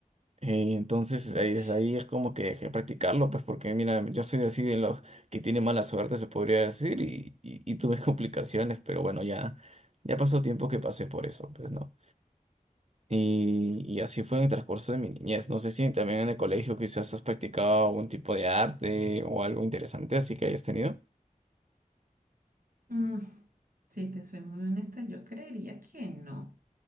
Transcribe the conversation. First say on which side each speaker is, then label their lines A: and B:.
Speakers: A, on the right; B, on the right.
A: Eh, entonces
B: uf,
A: ahí es, ahí es como que dejé de practicarlo, pues porque mira, yo soy así de los que tiene mala suerte, se podría decir, y, y, y tuve <laughs> complicaciones, pero bueno, ya, ya pasó tiempo que pasé por eso, pues no. Y, y así fue en el transcurso de mi niñez. No sé si también en el colegio quizás has practicado algún tipo de arte o algo interesante, así que hayas tenido.
B: mm, si te soy muy honesta, yo creería que no.